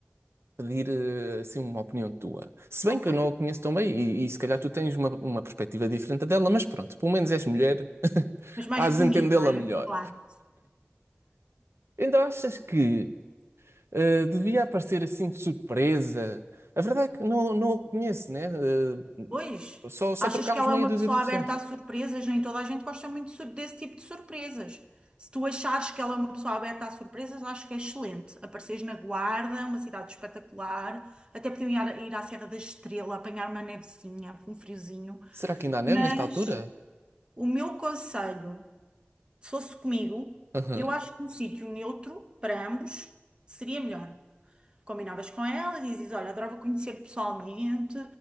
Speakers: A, on the right; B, on the right.
A: pedir eh, assim uma opinião tua. Se bem
B: ok.
A: que eu não a conheço tão bem e, e se calhar tu tens uma, uma perspectiva diferente dela, mas pronto, pelo menos és mulher, <laughs>
B: Mas mais
A: hás
B: feminino,
A: de entendê-la
B: não é?
A: melhor.
B: Claro.
A: Então achas que eh, devia aparecer assim de surpresa? A verdade é que não, não a conheço, né? Eh,
B: Pois,
A: só, só
B: achas
A: trocámos
B: que ela
A: meia
B: é uma
A: dúzia
B: pessoa
A: de impressões.
B: aberta a surpresas? Nem toda a gente gosta muito de sur- desse tipo de surpresas. Se tu achares que ela é uma pessoa aberta a surpresas, acho que é excelente. Apareceres na Guarda, uma cidade espetacular. Até podiam ir à ir à Serra da Estrela, apanhar uma nevezinha, um friozinho.
A: Será que ainda há neve
B: Mas
A: nesta altura?
B: o meu conselho, se fosse comigo,
A: Aham.
B: eu acho que um sítio neutro para ambos seria melhor combinavas com ela, dizes, olha, adorava conhecer pessoalmente,